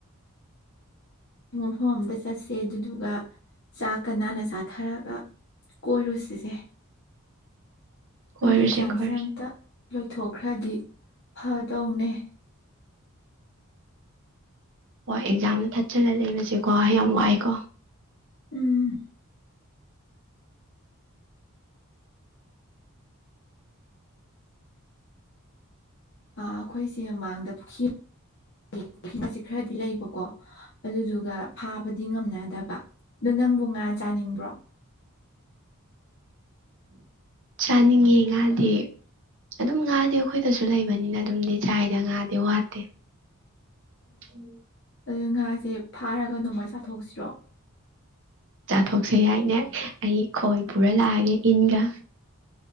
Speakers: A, on the left; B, on the right.
A: ꯃꯐꯝ ꯑꯃꯗ ꯆꯠꯁꯦ ꯑꯗꯨꯗꯨꯒ ꯆꯥꯛꯀ ꯅꯥꯟꯅ ꯆꯥꯊꯔꯒ ꯀꯣꯏꯔꯨ ꯁꯤꯁꯦ ꯑꯩꯈꯣꯏꯒꯤ
B: ꯀꯣꯏꯔꯨꯁꯦ
A: ꯑꯦꯛꯖꯥꯝꯁꯦ
B: ꯀꯣꯏꯔꯨꯁꯦ
A: ꯑꯇ ꯂꯣꯌ ꯊꯣꯛꯈ꯭ꯔꯗꯤ ꯐꯗꯧꯅꯦ
B: ꯍꯣꯏ ꯑꯦꯛꯖꯥꯝꯗ ꯊꯥꯠꯆꯜꯂꯒ ꯂꯩꯕꯁꯦꯀꯣ ꯌꯥꯝ ꯋꯥꯏꯀꯣ
A: ꯎꯝ ꯑꯩꯈꯣꯏꯁꯦ ꯃꯃꯥꯡꯗ ꯄꯨꯈ꯭ꯔꯤ ꯄꯨꯈ꯭ꯔꯤ ꯈꯔꯗꯤ ꯂꯩꯕꯀꯣ ꯑꯗꯨꯗꯨꯒ ꯐꯥꯕꯗꯤ ꯉꯝꯅꯗꯕ ꯑꯗꯨ ꯅꯪꯕꯨ ꯉꯥ ꯆꯥꯅꯤꯡꯕ꯭ꯔꯣ
B: ꯆꯥꯅꯤꯡꯉꯦ ꯉꯥꯗꯤ ꯑꯗꯨꯝ ꯉꯥꯗꯤ ꯑꯩꯈꯣꯏꯗꯁꯨ ꯂꯩꯕꯅꯤꯅ ꯑꯗꯨꯝꯗꯤ ꯆꯥꯏꯗ ꯉꯥꯗꯤ ꯋꯥꯠꯇꯦ ꯎꯝ
A: ꯑꯗꯨ ꯉꯥꯁꯦ ꯐꯥꯔꯒ ꯅꯣꯡꯃꯩ ꯆꯥꯊꯣꯛꯁꯤꯔꯣ
B: ꯆꯥꯊꯣꯛꯁꯦ ꯍꯥꯏꯅꯦ ꯑꯩ ꯈꯣꯏ ꯄꯨꯔ ꯂꯥꯛꯑꯒꯦ ꯏꯟꯒꯥ